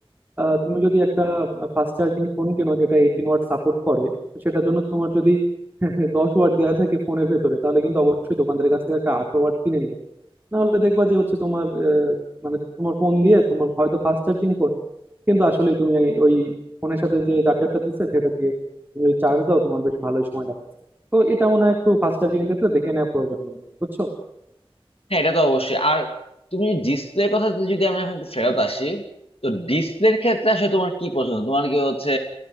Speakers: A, on the right (about 20°); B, on the left (about 75°).
A: আহ, তুমি যদি একটা ফাস্ট চার্জিং ফোন কেনো যেটা এইটিন ওয়াট সাপোর্ট করে তো সেটার জন্য তোমার যদি <laughs> দশ ওয়াট দেওয়া থাকে ফোনের ভেতরে তাহলে কিন্তু অবশ্যই দোকানদারের কাছ থেকে একটা আঠারো ওয়াট কিনে নিবা নাহলে দেখবা যে হচ্ছে তোমার আহ, মানে তোমার ফোন দিয়ে তোমার হয়তো ফাস্ট চার্জিং ফোন কিন্তু আসলে তুমি এই- ওই ফোনের সাথে যে চার্জারটা দিচ্ছে সেটা দিয়ে তুমি ওই চার্জ দাও তোমার বেশ ভালোই সময় লাগতেছে তো এটা মনে হয় একটু ফাস্ট চার্জিং এর ক্ষেত্রে দেখে নেওয়া প্রয়োজন বন্ধু বুঝছো
B: হ্যাঁ এটা তো অবশ্যই আর তুমি ডিসপ্লের কথা যদি যদি আমরা এখন একটু ফেরত আসি তো ডিসপ্লের ক্ষেত্রে আসলে তোমার কি পছন্দ তোমার কি হচ্ছে